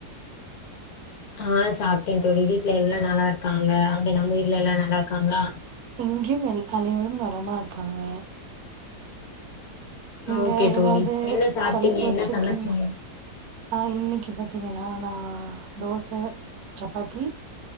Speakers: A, on the left (about 65°); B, on the right (about 70°).
A: ஆஹ் சாப்ட்டே தோழி வீட்ல எல்லா நல்லா இருக்காங்க அங்க நம்ம வீட்ல எல்லா நல்லா இருக்காங்களா
B: இங்கேம் எ அனைவரும் நலமா இருக்காங்க நீங்க
A: ஓகே
B: எதாவது
A: தோழி என்ன சாப்ட்டீங்க
B: தலைப்பு வச்சிருக்கீங்ளா
A: என்ன சமச்சீங்க
B: ஆஹ் இன்னைக்கு பாத்தீங்கன்னா நா நா தோச சப்பாத்தி